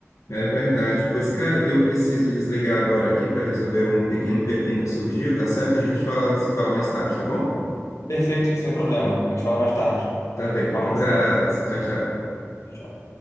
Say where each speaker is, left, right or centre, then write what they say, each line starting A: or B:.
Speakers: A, on the left; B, on the left.
A: é verdade. Pois, cara, eu preciso desligar agora aqui para resolver um pequeno pepino que surgiu, tá certo? A gente fala, se fala mais tarde, tá bom?
B: Perfeito, sem problema. A gente fala mais tarde.
A: Tá bem.
B: Um abração.
A: Um abraço. Tchau, tchau.
B: Tchau. tchau.